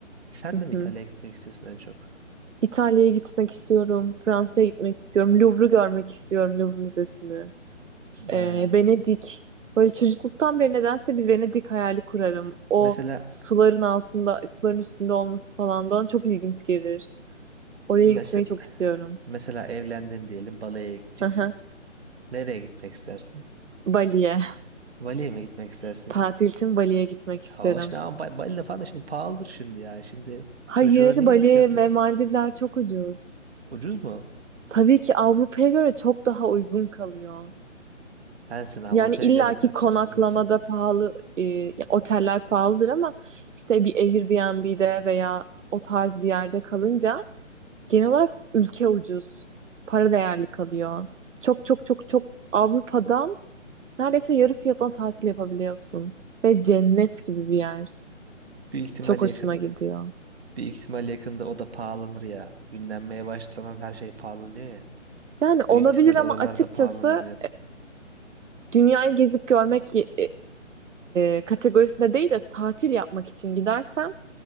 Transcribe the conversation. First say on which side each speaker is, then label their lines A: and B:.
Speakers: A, on the right; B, on the right.
A: Sen
B: Hı
A: de mi
B: hı.
A: İtalya'ya gitmek istiyorsun en çok?
B: İtalya'ya gitmek istiyorum. Fransa'ya gitmek istiyorum. Louvre'u görmek istiyorum. Louvre Müzesi'ni.
A: Ha,
B: Ee, Venedik. Böyle çocukluktan beri nedense bir Venedik hayali kurarım. O
A: mesela
B: suların altında, suların üstünde olması falan bana çok ilginç gelir. Oraya
A: mese-
B: gitmeyi çok istiyorum.
A: mesela evlendin diyelim Bali'ye gideceksin.
B: Aha.
A: Nereye gitmek istersin?
B: Bali'ye.
A: Bali'ye mi gitmek istersin?
B: <laughs> Tatil için Bali'ye gitmek isterim.
A: Ya hoş ne ama Ba- Bali'de falan da şimdi pahalıdır şimdi ya. Şimdi
B: Hayır,
A: çocuğa niye
B: Bali
A: şey yapıyorsun?
B: ve Maldivler çok ucuz.
A: Ucuz mu?
B: Tabii ki Avrupa'ya göre çok daha uygun kalıyor.
A: Her sen Avrupa'ya
B: Yani illaki
A: göre karşılaştırıyorsun.
B: konaklamada pahalı, e, ya oteller pahalıdır ama işte bir Airbnb'de veya o tarz bir yerde kalınca genel olarak ülke ucuz. Para değerli kalıyor. Çok çok çok çok Avrupa'dan neredeyse yarı fiyatına tatil yapabiliyorsun. Ve cennet gibi bir yer.
A: Büyük ihtimal
B: Çok hoşuma
A: yakın
B: gidiyor.
A: Büyük ihtimal yakında o da pahalanır ya. Ünlenmeye başlanan her şey pahalanıyor ya.
B: Yani olabilir
A: Büyük ihtimal
B: ama
A: oralarda
B: açıkçası
A: pahalanabilir.
B: dünyayı gezip görmek e, e, e, kategorisinde değil de tatil yapmak için gidersem